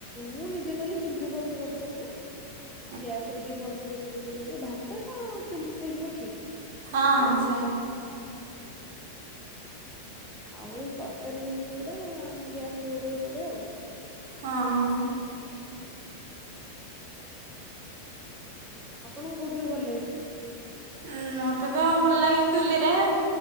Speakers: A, in the centre; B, on the right (about 50°).
A: ମୁଁ ନିଜେ କଲେ ଚୁଲିରେ ଭଲସେ କରିପାରେ ନା।
B: <inaudible>
A: ଗ୍ୟାସ ରେ ଟିକେ ଭଲସେ ରୋଷେଇ ଫୋସେଇ କରିଦିଏ ଭାତତ ଚୁଲିରେ ହେଇଯିବ ଠିକ।
B: ହଁ
A: କିନ୍ତୁ
B: ସେଇଆ
A: ଆଉ ତରକାରୀ ଜିନିଷ ଗୁଡା ଗ୍ୟାସ ରେ କରିବାକୁ ପଡେ ଆଉ।
B: ହଁ ହଁ ହ।
A: ଆପଣଙ୍କୁ କୋଉଥିରେ ଭଲ ଲାଗିବ?
B: ଉଁ ମତେ ତ ଭଲ ଲାଗେ ଚୁଲିରେ